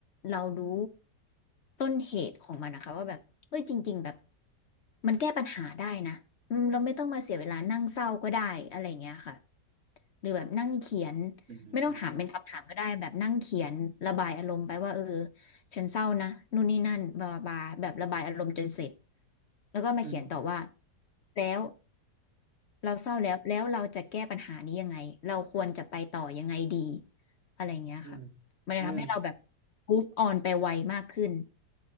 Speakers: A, on the left (about 60°); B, on the right (about 45°).
A: เรารู้ต้นเหตุของมันนะคะว่าแบบเอ้ยจริงๆแบบมันแก้ปัญหาได้นะอืมเราไม่ต้องมาเสียเวลานั่งเศร้าก็ได้อะไรอย่างเงี้ยค่ะหรือแบบนั่งเขียน
B: อืม
A: ไม่ต้องถามเป็นคำถามก็ได้แบบนั่งเขียนระบายอารมณ์ไปว่าเออ ฉันเศร้านะนู่นนี่นั่นบลาบลาแบบระบายอารมณ์จนเสร็จแล้วก็มาเขียนต่อว่า
B: อืม
A: แล้วเราเศร้าแล้วแล้วเราจะแก้ปัญหานี้ยังไงเราควรจะไปต่อยังไงดีอะไรเงี้ยค่ะมันจะทำให้เราแบบ
B: อืมอืม
A: move on ไปไวมากขึ้น